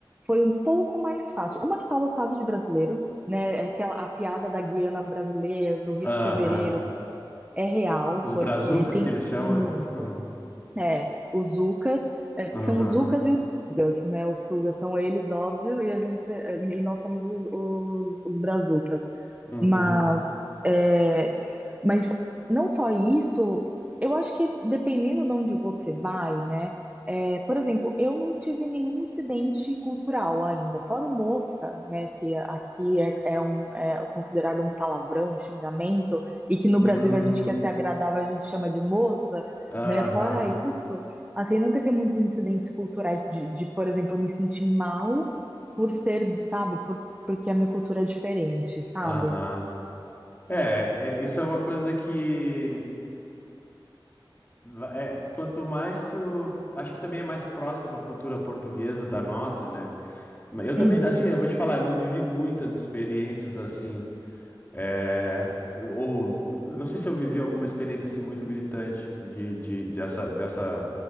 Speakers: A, on the right (about 15°); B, on the left (about 20°).
A: foi um pouco mais fácil. Uma que tá lotado de brasileiro, né? é Aquela, a piada da Guiana brasileira, do Rio
B: Aham.
A: de Fevereiro, é real,
B: Os
A: porque
B: brazucas
A: tem
B: que eles chamam,
A: muito.
B: né? <laughs>
A: É, os Zucas, é,
B: Aham.
A: são os Zucas e os Tugas, né? Os Tugas são eles, óbvio, e a gente, é, e nós somos os, os, os Brazucas.
B: Uhum.
A: Mas, é, mas não só isso, eu acho que dependendo de onde você vai, né? É, por exemplo, eu não tive nenhum incidente cultural ainda, fora o moça, né? Que aqui é, é, um, é considerado um palavrão, um xingamento, e que no
B: Hum,
A: Brasil a gente quer ser agradável, a gente chama de moça,
B: aham,
A: né? Fora isso, assim, não teve muitos incidentes culturais de, de, por exemplo, eu me sentir mal por ser, sabe, por, porque a minha cultura é diferente, sabe?
B: aham. É, é, isso é uma coisa que va- é, quanto mais tu, acho que também é mais próximo à cultura portuguesa da nossa, né? Mas Eu também,
A: Uhum,
B: assim, eu vou te falar, eu não vivi muitas experiências assim, é, ou eu não sei se eu vivi alguma experiência assim muito gritante de, de, dessa, dessa